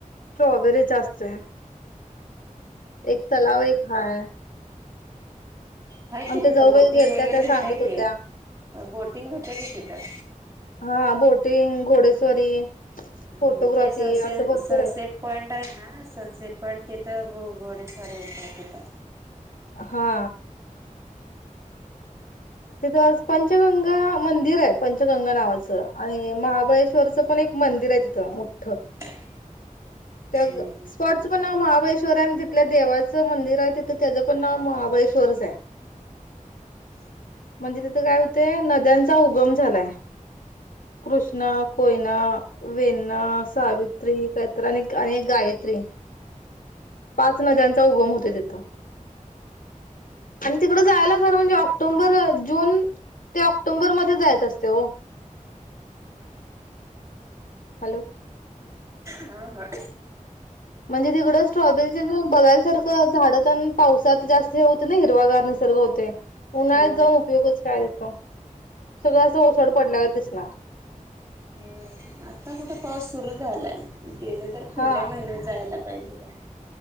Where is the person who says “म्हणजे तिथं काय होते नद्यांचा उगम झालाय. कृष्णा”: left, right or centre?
Left